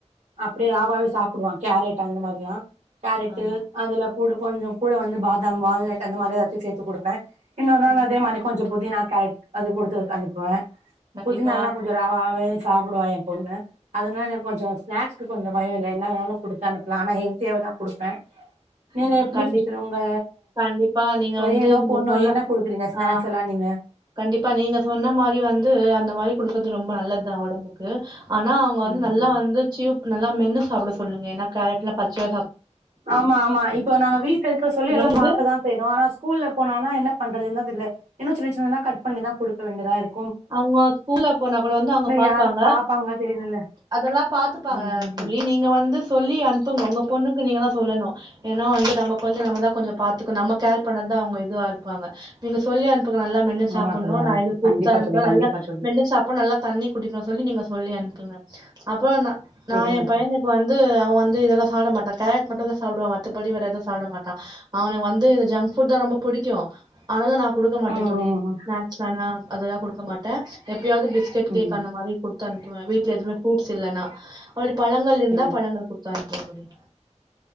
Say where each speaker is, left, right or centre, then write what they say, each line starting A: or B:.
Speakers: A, on the right (about 75°); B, on the right (about 35°).
A: அப்டியே ராவாவே சாப்பிடுவா. கேரட் அந்த மாரிலா கேரட்டு
B: ஆ
A: அதுல கூட கொஞ்சோ கூட வந்து பாதாம், வால்நட்டு அந்த மாரி எதாச்சு சேத்து குடுப்பே இன்னோர்நாள்
B: ம்
A: அதேமாரி கொஞ்சோ புதினா கேரட் அது கொடுத்து அனுப்புவ.
B: கண்டிப்பா
A: புதினால்லா கொஞ்சொ ராவாவே சாப்டுவா ஏ பொண்ணு அதனால எனக் கொஞ்சோ ஸ்னாக்ஸ் கொஞ்சொ பயொ இல்ல என்ன வேணாலு கொடுத்து அனுப்புலா ஆனா ஹெல்த்தியா தா கொடுப்பே நீங்க
B: ம்
A: எப்படி
B: கண்டிப்பா
A: சிஸ்டர் உங்க
B: கண்டிப்பா. நீங்க
A: பையனோ
B: வந்து நீங்க
A: பொண்ணோ
B: சொன்ன
A: என்ன குடுக்குறீங்க ஸ்நாக்ஸ்
B: ஆ
A: எல்லா நீங்க
B: கண்டிப்பா நீங்க சொன்ன மாரி வந்து அந்த மாரி கொடுக்கது ரொம்ப நல்லது தா ஒடம்புக்கு ஆனா அவங்க வந்து
A: ம்
B: நல்லா வந்து சுயு நல்லா மென்னு சாப்பிட சொல்லுங்க ஏன்ன கேரட்லா பச்சையா சாப்
A: ஆமா ஆமா இப்போ நாங்க வீட்ல இருக்குற சொல்லி எல்லா
B: வந்து
A: பாக்கதா செய்றோ ஆனா ஸ்கூல்ல போனானா என்ன பண்றது தா தெரில என்னாச்சு <unintelligible> நா தா கட் பண்ணி தா குடுப் வேண்டதா இருக்
B: அவங்க ஸ்கூல்ல போனா கூட வந்து அவங்க பாப்பாங்க
A: யாரு தெரிலல்ல
B: அதெல்லா பாத்துப்பாங்க
A: ம் ம்
B: தோழி
A: ம்
B: நீங்க வந்து சொல்லி அனுப்புங்க உங்க பொண்ணுக்கு நீங்க தாச் சொல்லணு ஏன்னா வந்து நம்ம கொழந்தைய நம்ம தா கொஞ்சொ பாத்துக்க நம்ம கேர் பண்ணாதா அவங்க இதுவா இருப்பாங்க நீங்க சொல்லி அனுப் புங்க நல்லா மென்னு சாப்பிட்ணு
A: ஆமா தோழி ஆமா
B: நா
A: தோழி
B: எது குட்
A: கண்டிப்பா தோழி கண்டிப்பா
B: நல்லா
A: தோழி
B: மென்னுசாப்பிடுனு நல்லா தண்ணி குடிக்கணு சொல்லி நீங்க சொல்லி அனுப்புங்க அப்புறோ
A: செரிங்க
B: நா எ பையனுக்கு
A: தோழி
B: வந்து அவ வந்து இதெல்லா சாடப்பிடமாட்ட கேரட் மட்டு தா சாப்பிடுவா மத்தபடி வேர எதுவு சாப்பிட மாட்டா அவனுக்கு வந்து இந்த ஜங்க் ஃபுட் தா ரொம்ப பிடிக்கு பிடிக்கு அதனால நா குடுக்க மாட்டே
A: ம்
B: தோழி
A: ம் ம்
B: ஸ்நாக்ஸ்னா அதெல்லா குடுக்க மாட்டே எப்ப எப்பயாவது பிஸ்கட் கேக்
A: ம்
B: அந்த மாரிகொடுத்து அனுப்புவே வீட்ல எதுவுமே புரூஸ் இல்ன்னா <unintelligible> பழங்கள் இருந்தா
A: செரிங்க
B: பழங்கள் கொடுத்த அனுப்புவேன்தோழி